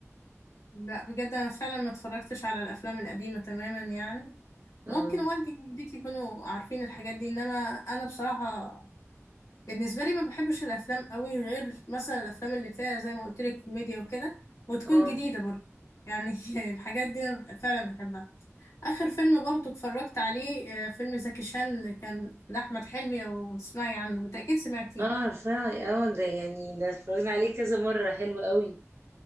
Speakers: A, on the left; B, on the right.
A: لا بجد انا فعلا ما اتفرجتش على الافلام القديمه تماما يعني
B: اه
A: ممكن والدي ووالدتي يكونوا عارفين الحاجات دي انما انا بصراحه بالنسبه لي ما بحبش الافلام قوي غير مثلا الافلام اللي فيها زي ما قلت لك كوميديا وكده وتكون
B: اه
A: جديده برضه يعني <laughs> الحاجات دي أنا فعلا بحبها اخر فيلم برضه اتفرجت عليه آه، فيلم زكي شان كان لاحمد حلمي لو تسمعي عنه بالتاكيد سمعتيه
B: اه عارفاه اه ده يعني ده اتفرجنا عليه كذا مره حلو قوي